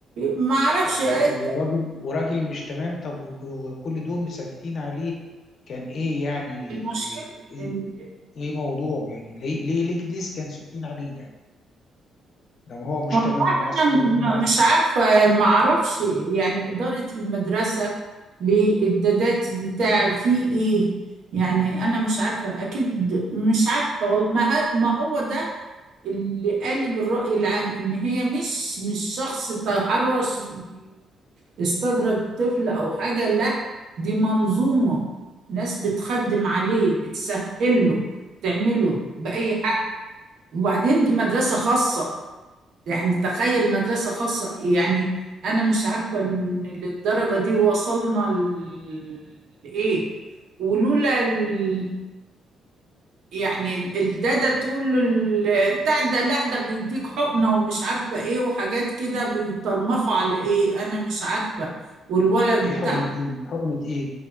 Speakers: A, on the right (about 70°); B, on the left (about 55°).
A: ما أعرفش
B: طب ور-
A: إيه
B: وراجل وراجل مش تمام طب وك- وكل دول ساكتين عليه كان ايه يعني
A: المشكلة
B: ايه
A: إن-
B: إيه موضوعه يعني ليه ليه ليه ليه كان ساكتين عليه يعني لما هو مش
A: هو
B: تمام من الاصل
A: أنا
B: او هم عارفين
A: م- مش عارفة ما أعرفش يعني إدارة المدرسة للدادات بتاع في إيه يعني أنا مش عارفة أكيد مش عارفة والله ما ه- ما هو ده اللي قالب الرأي العام إن هي مش مش شخص تحرش باستدرج طفل أو حاجة لا دي منظومة ناس بتخدم عليه بتسهل له تعمله بأي حق وبعدين دي مدرسة خاصة يعني تخيل مدرسة خاصة يعني أنا مش عارفة إن للدرجة دي وصلنا ل- لإيه ولولا ال- يعني ال- ده ده تقول له ال- بتاع ده لا ده بيديك حقنة ومش عارفة ايه وحاجات كده بيترمخوا على ايه انا مش عارفة والولد
B: ايه حقنة
A: بتاع
B: ايه حقنة ايه